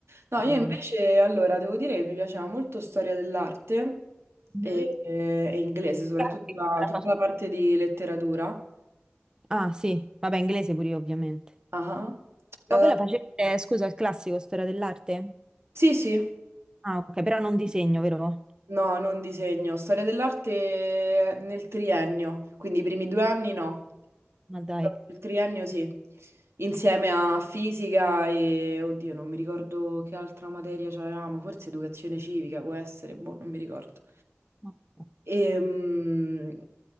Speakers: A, on the right (about 75°); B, on the right (about 20°).
A: No, io
B: Mhm.
A: invece, allora, devo dire che mi piaceva molto storia dell'arte
B: Mhm.
A: e, e e inglese, soprattutto
B: Grazie,
A: la-
B: come la
A: tutta
B: faccio?
A: la parte di letteratura.
B: Ah sì, vabbè inglese pure io ovviamente.
A: Ah.
B: Ma
A: Eh,
B: voi la facete, scusa, il classico, storia dell'arte?
A: sì, sì.
B: Ah, ok, però non disegno, vero?
A: No, non disegno. Storia dell'arte nel triennio, quindi i primi due anni no,
B: Ma dai.
A: però il triennio sì, insieme a fisica e, oddio, non mi ricordo che altra materia c'avevamo, forse educazione civica può essere, boh, non mi ricordo.
B: Ok.
A: Ehm,